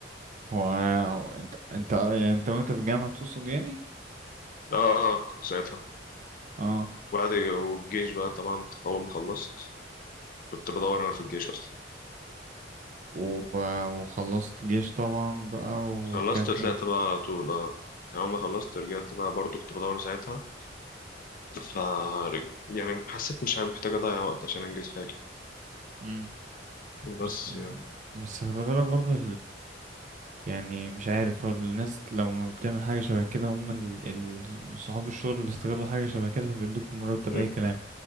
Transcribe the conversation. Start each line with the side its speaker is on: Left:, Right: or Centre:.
Right: هو هو انت انت يعني انت وانت في الجامعة تقصد يعني؟
Left: اه اه كنت ساعتها
Right: اه
Left: وبعد والجيش بقى طبعا اول ما خلصت كنت بدور انا في الجيش اصلا
Right: و... وخلصت جيش طبعا بقى ورجعت
Left: خلصت
Right: تاني
Left: طلعت بقى على طول اه يعني اول ما خلصت رجعت بقى برضو كنت بدور ساعتها ف يعني حسيت مش محتاج أضيع وقت عشان أنجز حاجة
Right: امم
Left: بس
Right: بس
Left: يعني
Right: بس خلي بالك برضه يعني مش عارف هو الناس لما بتعمل حاجة شبه كده هم ال... ال... صحاب الشغل بيستغلوا حاجة شبه كده فبيدوك مرتب
Left: مم.
Right: أي كلام